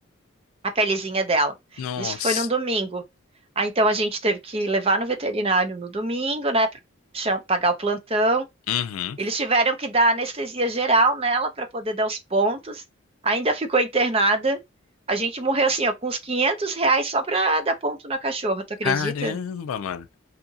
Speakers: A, on the right (about 25°); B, on the left (about 80°).
A: a pelezinha dela.
B: Nossa.
A: Isso foi num domingo. Ah, então a gente teve que levar no veterinário no domingo, né, pra cha- pagar o plantão.
B: Uhum.
A: Eles tiveram que dar anestesia geral nela para poder dar os pontos. Ainda ficou internada. A gente morreu assim, ó, com uns 500 reais só para dar ponto na cachorra, tu acredita?
B: Caramba, mano.